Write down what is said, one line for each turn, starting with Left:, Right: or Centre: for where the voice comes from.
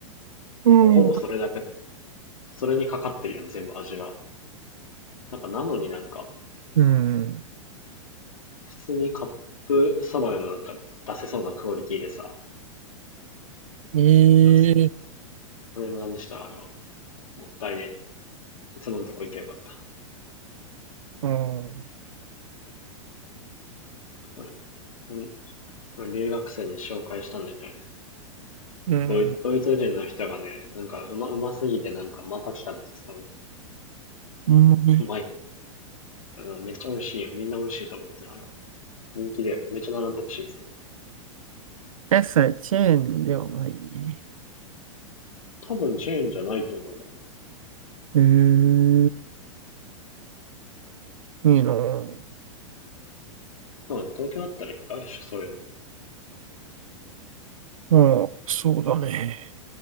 Right: うん。
Left: もうほぼそれだけ、それにかかってるやん、全部味が。なんか、なのになんか、
Right: うん。
Left: 普通にカップそばでもなんか出せそうなクオリティでさ、
Right: ええ
Left: あれもなんでしたらあれは、もったいねえいつものとこ行けばよかった。
Right: うん。
Left: これ、これ、これ留学生に紹介したんだけどね。
Right: うん。
Left: ドイドイツ人の人がね、なんかうま、うますぎてなんかまた来たって言って
Right: うんね。
Left: たの。うまい。あのめっちゃ美味しいよ。みんな美味しいと思ってる。あれは。人気で。めっちゃ並んでるし、いつも。
Right: え、それ、チェーンではないね。
Left: 多分チェーンじゃないと思う
Right: ええいいなぁ。
Left: な。うん、東京あったらあるし、そういうの。
Right: うん、そうだね。